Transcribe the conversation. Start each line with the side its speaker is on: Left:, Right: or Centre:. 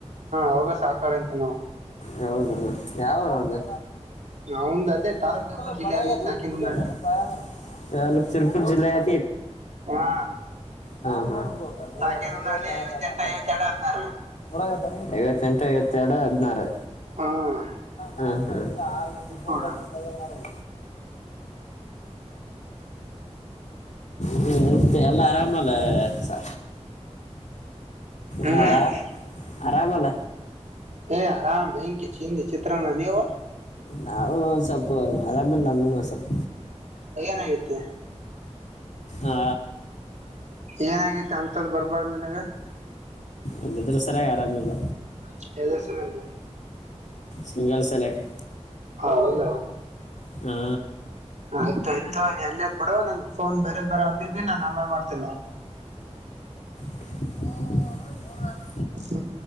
Right: ಅವಾಗ ಸಾಕಾರ ಅಂತ ಹಾ
Left: ಹೌದನು ಯಾವರು ಅವಂದು
Right: ಅವಂದ್ ಅದೇ
Left: <unintelligible>
Right: ತಾಲೂಕ್ ಸರ್ಪಂಚ್ ಜಿಲ್ಲೆ ಅ
Left: ಇವ್ರು
Right: ಸಾಕಿನ
Left: ಕುರಿಯರು
Right: ಹುನಹಳ್ಳಿ
Left: ಅಂತ <unintelligible> ತುಮಕುರ್ ಜಿಲ್ಲೆ <unintelligible>
Right: ಹಾ
Left: ಹಾ ಹಾ ಹ <unintelligible> ಮನಗೆ
Right: ಸಾಕಿನ ಹುನಹಳ್ಳಿ
Left: ಕಾಯಾಕಾಯ
Right: ಐವತ್ತೆಂಟ
Left: ಮಾಡ್ತಾರೆೋ
Right: ಐವತ್ತೆರಡು ಹದ್ನಾರು
Left: <unintelligible> ಗಂಟ <unintelligible> ಐವತ್ತೆರಡು ಹದಿನಾರು
Right: ಹ್ಮ್
Left: ಹ <unintelligible>
Right: ನೋಡ
Left: <unintelligible> ಮಾಡನು ಹ್ಮ ಮತ್ತ ಎಲ್ಲ ಆರಾಮಲ್ಲ ಸಾ
Right: ಹ್ಮ್
Left: ಹಾ ಆರಾಮಾಲ
Right: ಹೇ ಅರಾಮ್ ಬೆಂಕಿ ಚಿಂದಿ ಚಿತ್ರನ್ನಾ ನೀವು
Left: ನಾವು ಒ ಸ್ವಲ್ ಆರಾಮೇ ಇಲ್ಲ ನಂಗೂನೂ ಸ್ವಲ್ಪ
Right: ಏನಾಗಿತ್ತ
Left: ಆ
Right: ಏನಾಗಿತಿ ಅಂತದ್ ಬರ್ಬಾರ್ದ ನೀನ್ಗ
Left: ಅದಿದ್ರ ಸರಿಯಾಗಿ ಆರಾಮಿಲ್ಲ.
Right: <unintelligible> ಸರ <unintelligible>
Left: ಸಿಂಗಲ್ ಸೆಲೆಕ್ಟ್
Right: ಹೌದ
Left: ಹಾ
Right: ಆಯ್ತ ಆಯ್ತ ನೀ ಎಲ್ಲಿದ್ ಬಿಡು ನಂಗ್ ಫೋನ್ ಬರೋದ ಬರಂ ಇದ್ದೀನಿ ನಾನ ಆಮೇಲ್ ಮಾಡ್ತೇನೆ.
Left: ಮೂರು ಮೂರು <unintelligible>
Right: ಹ್ಮ್